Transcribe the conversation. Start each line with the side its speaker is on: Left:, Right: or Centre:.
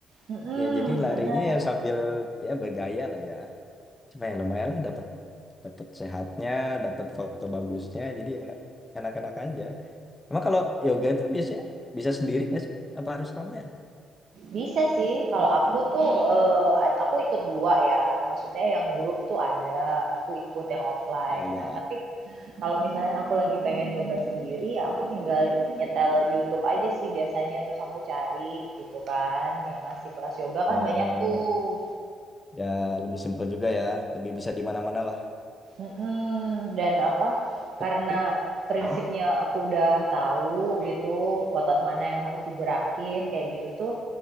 Right: mhm,
Left: Ya jadi larinya
Right: bener.
Left: ya sambil ya bergaya lah ya. Cuma ya lumayan lah dapat dapat sehatnya, dapat foto bagusnya. Jadi ya enak-enak aja. Cuma kalau yoga itu biasanya bisa sendiri nggak sih? Apa harus ramean?
Right: Bisa sih, kalau aku tuh, eee, a aku ikut 2 ya, maksudnya yang grup tuh ada, aku ikut yang offline.
Left: Oh ya,
Right: Nah, tapi kalau misalnya aku lagi pengen yoga sendiri, ya aku tinggal nyetel YouTube aja sih biasanya, terus aku cari gitu kan, yang ngasih kelas yoga
Left: oh
Right: kan banyak tuh.
Left: ya lebih simpel juga ya, lebih bisa di mana-mana lah.
Right: Mhm, dan apa,
Left: Tapi,
Right: karena prinsipnya
Left: oh,
Right: aku udah tahu gitu, otot mana yang harus digerakin kayak gitu tuh,